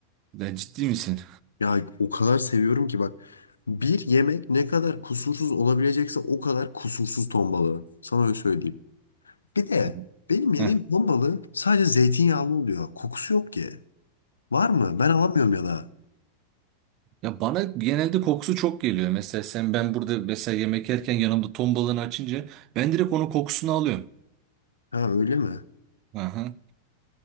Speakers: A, on the right (about 40°); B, on the left (about 75°).
A: Ya ciddi misin?
B: Ya o kadar seviyorum ki bak. Bir yemek ne kadar kusursuz olabilecekse o kadar kusursuz ton balığı. Sana öyle söyleyeyim. Bir de
A: Evet.
B: benim yediğim
A: Heh.
B: ton balığı sadece zeytinyağlı oluyor. Kokusu yok ki. Var mı? Ben alamıyorum ya da.
A: Ya bana genelde kokusu çok geliyor. Mesela sen ben burada mesela yemek yerken yanımda ton balığını açınca ben direkt onun kokusunu alıyorum.
B: Ha öyle mi?
A: Aha.